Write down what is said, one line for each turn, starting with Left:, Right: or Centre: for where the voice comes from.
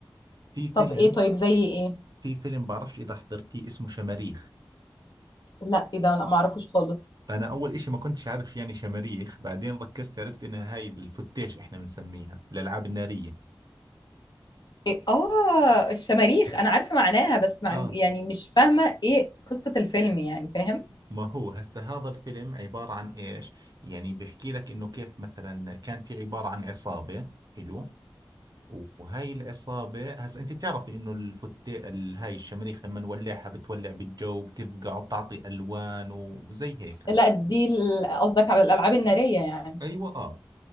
Right: في فيلم
Left: طب ايه طيب زي ايه
Right: في فيلم بعرفش اذا حضرتيه اسمه شماريخ
Left: لا ايه ده لا ما اعرفوش خالص
Right: انا اول اشي ما كنتش عارف يعني شماريخ بعدين ركزت عرفت انها هاي الفتيش احنا بنسميها الالعاب النارية
Left: إيه؟ اه الشماريخ انا عارفه معناها بس مع...
Right: اه
Left: يعني مش فاهمه ايه قصه الفيلم يعني فاهم
Right: ما هو هسه هذا الفيلم عبارة عن ايش يعني بيحكي لك انه كيف مثلا كان في عبارة عن عصابة حلو وهاي العصابة هسه انت بتعرفي انه الفتي ال- هاي الشماريخ لما نولعها بتولع بالجو بتفقع وبتعطي الوان وزي هيك
Left: لا دي ال- قصدك على الالعاب الناريه يعني
Right: ايوه اه